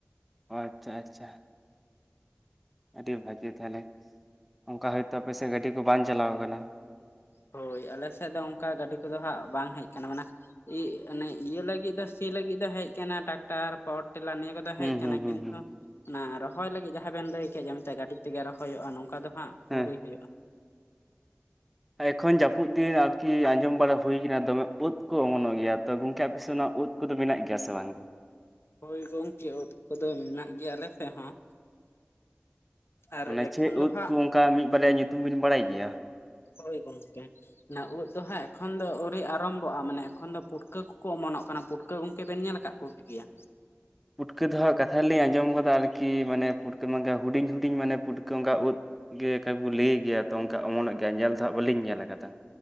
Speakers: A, in the centre; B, on the left.
A: ᱟᱪᱪᱷᱟ ᱟᱪᱪᱷᱟ ᱟᱹᱰᱤ ᱵᱷᱟᱜᱤ ᱛᱟᱦᱚᱞᱮ ᱚᱱᱠᱟ ᱦᱳᱭᱛᱳ ᱟᱯᱮᱥᱮᱫ ᱜᱟᱹᱰᱤ ᱠᱚ ᱵᱟᱝ ᱪᱟᱞᱟᱣ ᱟᱠᱟᱱᱟ᱾
B: ᱦᱳᱭ ᱟᱞᱮ ᱥᱮᱫ ᱫᱚ ᱚᱱᱠᱟ ᱜᱟᱹᱰᱤ ᱠᱚᱫᱚ ᱦᱟᱸᱜ ᱵᱟᱝ ᱦᱮᱡ ᱟᱠᱟᱱᱟ ᱢᱟᱱᱮ ᱤ ᱤᱭᱟᱹ ᱞᱟᱹᱜᱤᱫ ᱫᱚ ᱥᱤ ᱞᱟᱹᱜᱤᱫ ᱫᱚ ᱦᱮᱡ ᱟᱠᱟᱱᱟ ᱴᱟᱠᱴᱟᱨ ᱯᱟᱣᱟᱨ ᱴᱮᱞᱟᱨᱱᱤ᱾ ᱠᱚᱫᱚ
A: ᱦᱩᱸ
B: ᱦᱮᱡ ᱟᱠᱟᱱᱟ
A: ᱦᱩᱸ ᱦᱩᱸ
B: ᱠᱤᱱᱛᱩ
A: ᱦᱩᱸ
B: ᱚᱱᱟ ᱨᱚᱦᱚᱭ ᱞᱟᱹᱜᱤᱫ ᱡᱟᱦᱟᱸ ᱵᱮᱱ ᱞᱟᱹᱭ ᱠᱮᱫ ᱮᱱᱛᱮᱫ ᱜᱟᱹᱰᱤ ᱛᱮᱜᱮ ᱨᱚᱦᱚᱭᱚᱜᱼᱟ ᱱᱚᱝᱠᱟ ᱫᱚ ᱦᱟᱸᱜ
A: ᱦᱮᱸ
B: ᱟᱣᱨᱤ ᱦᱩᱭᱩᱜᱼᱟ᱾
A: ᱮᱠᱷᱚᱱ ᱡᱟᱹᱯᱩᱫ ᱫᱤᱱ ᱟᱨᱠᱤ ᱟᱸᱡᱚᱢ ᱵᱟᱲᱟ ᱦᱩᱭ ᱟᱠᱟᱱᱟ ᱫᱚᱢᱮ ᱩᱫ ᱠᱚ ᱚᱢᱚᱱᱚᱜ ᱜᱮᱭᱟ ᱛᱚ ᱜᱚᱝᱠᱮ ᱟᱯᱮ ᱥᱮᱫ ᱚᱱᱟ ᱩᱫ ᱠᱚ ᱫᱚ ᱢᱮᱱᱟᱜ ᱜᱮᱭᱟ ᱥᱮ ᱵᱟᱝ?
B: ᱦᱳᱭ ᱜᱚᱝᱠᱮ ᱩᱫ ᱠᱚᱫᱚ ᱢᱮᱱᱟᱜ ᱜᱮᱭᱟ ᱟᱞᱮ ᱥᱮᱫ ᱦᱚᱸ᱾ ᱟᱨ
A: ᱢᱟᱱᱮ
B: ᱮᱠᱷᱚᱱ
A: ᱪᱮᱫ
B: ᱫᱚ
A: ᱩᱫ
B: ᱦᱟᱸᱜ
A: ᱠᱚ ᱚᱱᱠᱟ ᱢᱤᱫ ᱵᱟᱨᱮᱭᱟ ᱧᱩᱛᱩᱢ ᱵᱤᱱ ᱵᱟᱲᱟᱭ ᱜᱮᱭᱟ?
B: ᱦᱳᱭ ᱜᱚᱝᱠᱮ ᱚᱱᱟ ᱩᱫ ᱫᱚ ᱦᱟᱸᱜ ᱮᱠᱷᱚᱱ ᱫᱚ ᱟᱹᱣᱨᱤ ᱟᱨᱚᱢᱵᱷᱚᱜᱼᱟ ᱢᱟᱱᱮ ᱮᱠᱷᱚᱱ ᱫᱚ ᱯᱩᱴᱠᱟᱹ ᱠᱚᱠᱚ ᱚᱢᱚᱱᱚᱜ ᱠᱟᱱᱟ ᱯᱩᱴᱠᱟᱹ ᱜᱚᱝᱠᱮ ᱵᱮᱱ ᱧᱮᱞ ᱟᱠᱟᱫᱼᱟ? ᱠᱷᱩᱴ ᱜᱮᱭᱟ
A: ᱯᱩᱴᱠᱟᱹ ᱫᱚ ᱦᱟᱸᱜ ᱠᱟᱛᱷᱟ ᱨᱮᱞᱤᱧ ᱟᱸᱡᱚᱢ ᱟᱠᱟᱫᱟ ᱟᱨᱠᱤ ᱢᱟᱱᱮ ᱯᱩᱴᱠᱟᱹ ᱦᱩᱰᱤᱧ ᱦᱩᱰᱤᱧ ᱢᱟᱱᱮ ᱯᱩᱴᱠᱟᱹ ᱚᱱᱠᱟ ᱩᱫ ᱜᱮ ᱚᱱᱠᱟ ᱠᱚ ᱞᱟᱹᱭ ᱜᱮᱭᱟ ᱛᱚ ᱚᱱᱠᱟ ᱚᱢᱚᱱᱚᱜ ᱜᱮᱭᱟ ᱧᱮᱞ ᱫᱚ ᱦᱟᱸᱜ ᱵᱟᱹᱞᱤᱧ ᱧᱮᱞ ᱟᱠᱟᱫᱟ᱾